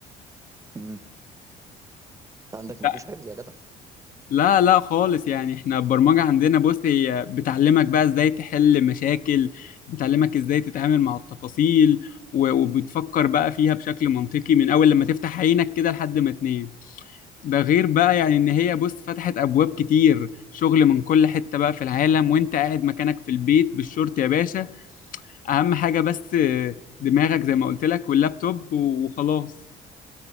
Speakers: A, on the right (about 20°); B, on the left (about 55°).
A: امم انت عندك ما
B: <laughs>
A: فيش حفظ يا جدع
B: لا لا خالص يعني احنا البرمجة عندنا بص هي بتعلمك بقى ازاي تحل مشاكل بتعلمك ازاي تتعامل مع التفاصيل و- وبتفكر بقى فيها بشكل منطقي من اول لما تفتح عينك كده لحد ما تنام ده غير بقى يعني ان هي بص فتحت ابواب كتير شغل من كل حتة بقى في العالم وانت قاعد مكانك في البيت بالشورت يا باشا اهم حاجة بس دماغك زي ما قلت لك واللابتوب وخلاص